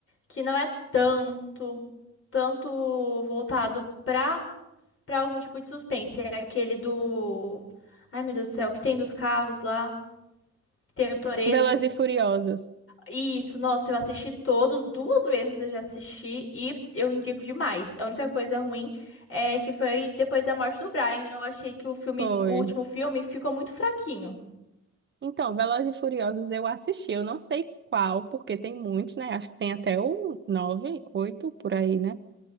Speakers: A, on the left; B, on the right.
A: que não é tanto, tanto voltado pra, pra algum tipo de suspense. É aquele do. Ai, meu Deus do céu, que tem dos carros lá, que tem o Toreto
B: Velozes e Furiosos.
A: Isso, nossa, eu assisti todos, duas vezes eu já assisti e eu indico demais. A única coisa ruim é que foi depois da morte do Brian. Eu achei que o filme,
B: Foi.
A: o último filme, ficou muito fraquinho.
B: Então, Velozes e Furiosos eu assisti, eu não sei qual, porque tem muitos, né? Acho que tem até o nove, oito por aí, né?